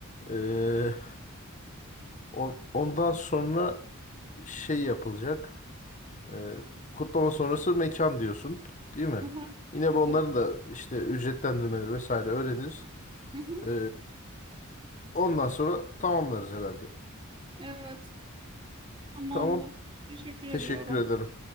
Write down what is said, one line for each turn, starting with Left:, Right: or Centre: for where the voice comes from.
Left: E, on- ondan sonra şey yapılacak. E, kutlama sonrası mekan diyorsun, değil mi?
Right: hı hı,
Left: Yine bu onların
Right: hı hı, Evet,
Left: da işte ücretlendirmeleri vesaire öğreniriz.
Right: Hı hı,
Left: Ee, ondan sonra tamamlarız herhalde.
Right: evet. Tamamdır.
Left: Tamam.
Right: Teşekkür
Left: Teşekkür
Right: ediyorum.
Left: ederim.